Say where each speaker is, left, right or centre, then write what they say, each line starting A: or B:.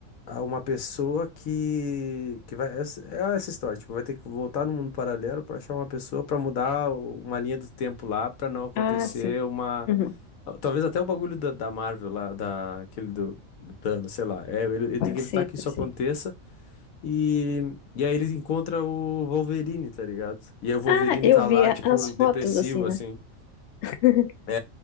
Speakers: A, on the left (about 80°); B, on the left (about 65°).
A: a- uma pessoa que que vai essa- é essa história, tipo, vai ter que voltar no mundo paralelo pra achar uma pessoa pra mudar o- uma linha do tempo lá pra não acontecer
B: Ah, sim.
A: uma
B: Uhum.
A: talvez até o bagulho da, da Marvel lá, da aquele do, do Thanos, sei lá. É, ele, ele
B: Pode
A: tem que evitar
B: ser,
A: que
B: pode
A: isso aconteça
B: ser.
A: e e aí ele encontra o Wolverine, tá ligado? E aí o Wolverine
B: Ah, eu
A: tá
B: via
A: lá tipo
B: as fotos
A: depressivo
B: assim, né?
A: assim.
B: <laughs>
A: É,